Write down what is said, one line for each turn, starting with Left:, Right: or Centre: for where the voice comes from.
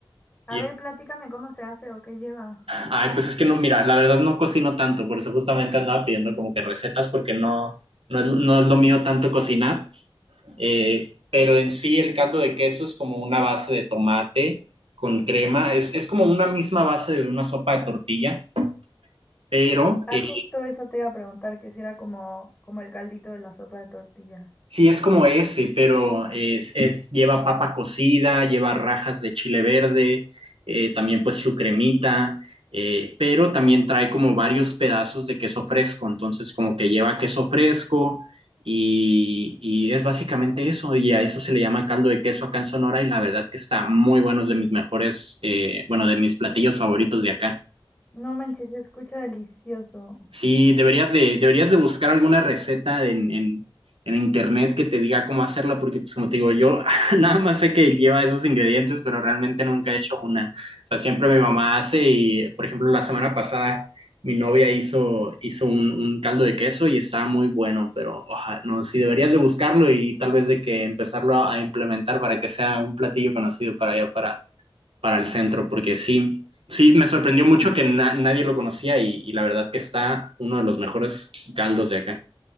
Left: A
Right: Y,
Left: ver, platícame cómo se hace o qué lleva.
Right: ay, pues es que no, mira, la verdad no cocino tanto, por eso justamente andaba pidiendo como que recetas, porque no, no es, no es lo mío tanto cocinar. Eh, pero en sí el caldo de queso es como una base de tomate con crema, es, es como una misma base de una sopa de tortilla, pero...
Left: Ah,
Right: eh,
Left: justo eso te iba a preguntar, que si era como, como el caldito de la sopa de tortilla.
Right: Sí, es como ese, pero es- es- lleva papa cocida, lleva rajas de chile verde, eh, también pues su cremita, eh, pero también trae como varios pedazos de queso fresco, entonces como que lleva queso fresco y, y es básicamente eso, y a eso se le llama caldo de queso acá en Sonora y la verdad que está muy bueno, es de mis mejores, eh, bueno, de mis platillos favoritos de acá.
Left: No manches, se escucha delicioso.
Right: Sí, deberías de, deberías de buscar alguna receta en, en- en internet que te diga cómo hacerla, porque pues como te digo, yo <laughs> nada más sé que lleva esos ingredientes, pero realmente nunca he hecho una. O sea, siempre mi mamá hace y, por ejemplo, la semana pasada mi novia hizo, hizo un, un caldo de queso y estaba muy bueno, pero oja, no, sí deberías de buscarlo y tal vez de que empezarlo a, a implementar para que sea un platillo conocido para allá, para para el centro, porque sí, sí, me sorprendió mucho que na nadie lo conocía y, y, la verdad que está uno de los mejores caldos de acá.